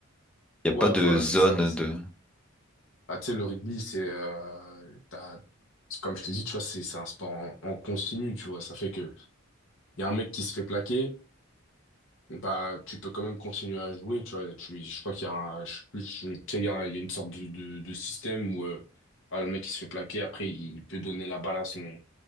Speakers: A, in the centre; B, on the left.
A: Il n'y
B: Ouais,
A: a pas de
B: voilà,
A: zone
B: c'est ça.
A: de...
B: Ah, tu sais, le rugby, c'est, euh, t'as- c'est comme je t'ai dit, tu vois, c'est, c'est un sport en, en continu, tu vois. Ça fait que, il y a un mec qui se fait plaquer, bah, tu peux quand même continuer à jouer, tu vois. Tu, je crois qu'il y a un, je, sais plus, je- tu sais, il y a, un- il y a une sorte de, de, de système où, euh, bah, le mec qui se fait plaquer, après, il peut donner la balle à son,